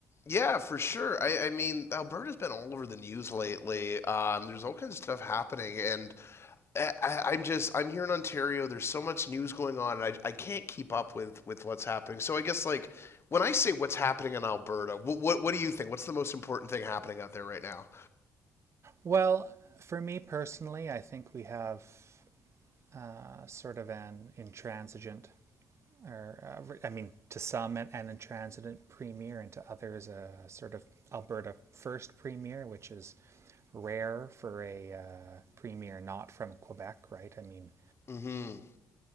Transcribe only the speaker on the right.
Well, for me personally, I think we have uh, sort of an intransigent or uh, I mean, to some an, an intransitant premier, and to others a sort of Alberta first premier, which is rare for a uh, premier not from Quebec, right? I mean,